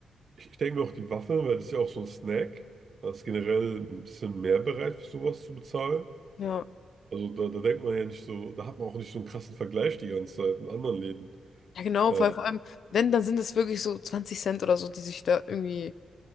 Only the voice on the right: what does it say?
ich, ich denke mir auch die Waffeln, weil das ist ja auch so ein Snack. Da ist generell ein bisschen mehr bereit, für sowas zu bezahlen.
Also da, da denkt man ja nicht so, da hat man auch nicht so einen krassen Vergleich die ganze Zeit mit anderen Läden.
Äh,